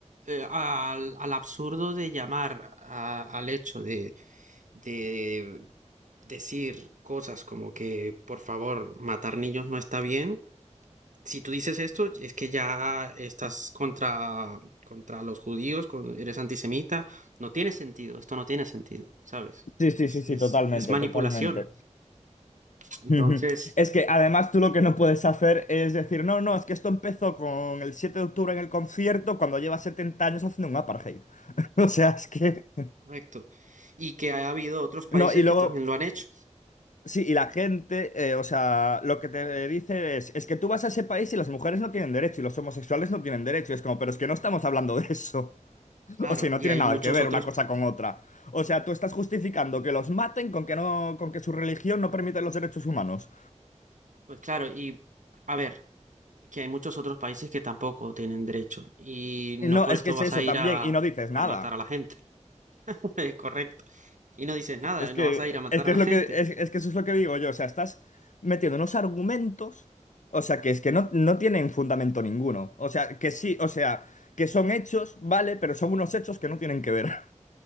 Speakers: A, on the right (about 85°); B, on the left (about 85°).
A: eh, al, al absurdo de llamar a- al hecho de, de decir cosas como que por favor matar niños no está bien. Si tú dices esto, es que ya estás contra, contra los judíos, con- eres antisemita. No tiene sentido, esto no tiene sentido, ¿sabes?
B: Sí,
A: Es,
B: sí, sí, sí,
A: es,
B: totalmente,
A: es manipulación.
B: totalmente.
A: Entonces,
B: Ujú. Es que además tú lo que no puedes hacer es decir, no, no, es que esto empezó con el 7 de octubre en el concierto cuando lleva 70 años haciendo un apartheid. <laughs> O sea, es que...
A: correcto. Y que ha habido otros países
B: No, y
A: que
B: luego,
A: también lo han hecho.
B: sí, y la gente, eh, o sea, lo que te dice es, es que tú vas a ese país y las mujeres no tienen derecho y los homosexuales no tienen derecho. Y es como, pero es que no estamos hablando de eso.
A: Claro,
B: O sea, no
A: y
B: tiene
A: hay
B: nada
A: muchos
B: que ver
A: otros
B: una cosa con otra. O sea, tú estás justificando que los maten con que no, con que su religión no permite los derechos humanos.
A: Pues claro, y a ver, que hay muchos otros países que tampoco tienen derecho y no
B: Y No,
A: por
B: es
A: esto
B: que es
A: vas
B: eso
A: a ir
B: también,
A: a,
B: y no dices
A: a
B: nada.
A: matar a la gente, <laughs> correcto. Y no dices nada,
B: Es que,
A: no vas a ir a matar
B: es que
A: a la
B: es
A: gente.
B: lo que, es, es que eso es lo que digo yo. O sea, estás metiendo unos argumentos, o sea, que es que no, no tienen fundamento ninguno. O sea, que sí, o sea, que son hechos, vale, pero son unos hechos que no tienen que ver. <laughs>